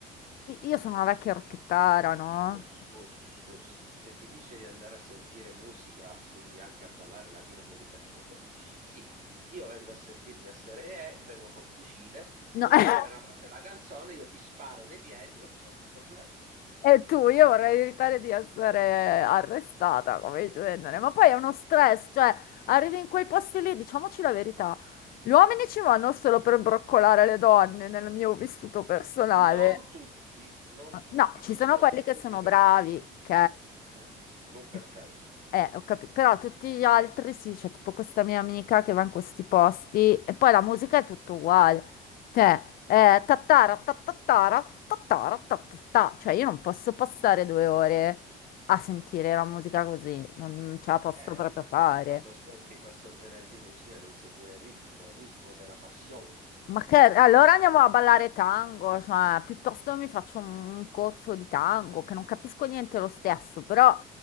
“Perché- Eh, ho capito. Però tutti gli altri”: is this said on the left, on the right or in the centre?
Left